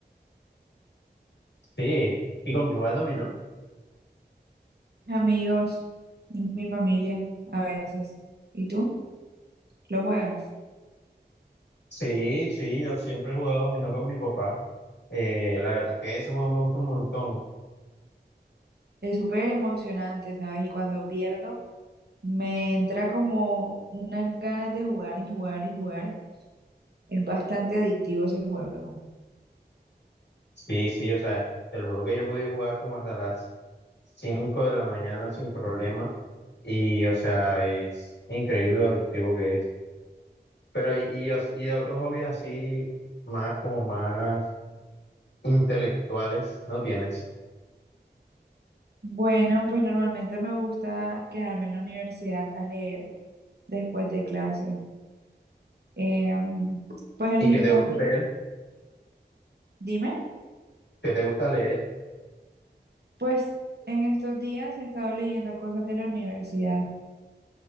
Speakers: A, on the left; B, on the right.
A: Sí. ¿Y con qué jugar dominó?
B: Amigos y mi familia a veces. ¿Y tú? ¿Lo juegas?
A: Sí, sí, yo siempre he jugado dominó con mi papá. Eh, la verdad es que ese juego me gusta un montón.
B: Es súper emocionante, ¿sabes? Y cuando pierdo... Me entra como unas ganas de jugar y jugar y jugar. Es bastante adictivo ese juego.
A: Sí, sí, o sea, te lo juro que yo he podido jugar como hasta las 5 de la mañana sin problema y, o sea, es increíble lo adictivo que es. Pero y, y, os- y otros hobbies así, más como más intelectuales, ¿no tienes?
B: Bueno, pues normalmente me gusta quedarme en la universidad a leer después de clase. Em, pues el
A: ¿Y
B: gimnasio,
A: que te gusta leer?
B: dime,
A: que te gusta leer?
B: pues en estos días he estado leyendo cosas de la universidad,